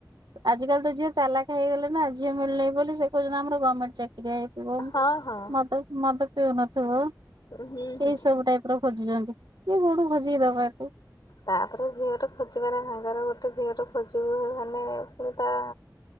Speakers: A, on the right; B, on the left.
A: ଆଜି କାଲି ତ ଝିଅ। ଚାଲାକ୍ ହେଇଗଲେଣି ନା ଝିଅ ମିଳୁନି ବୋଲି ସେ କହୁଛନ୍ତି ଆମର ଗଭର୍ଣ୍ଣମେଣ୍ଟ ଚାକିରିଆ ହେଇଥିବ
B: ହଁ ହଁ
A: ମତ ମଦ ପିଉ ନଥିବ।
B: ହୁଁ ହୁଁ।
A: ଏଇ ସବୁ ଟାଇପ ର ଖୋଜୁଛନ୍ତି କିଏ କୋଉଠୁ ଖୋଜିିକି ଦବ ଆକୁ।
B: ତାପରେ ଝିଅ ଟେ ଖୋଜିବାର ନାହିଁ ତାର ଗୋଟେ ଝିଅ ଟେ ଖୋଜିବୁ ମାନେ ପୁଣି ତା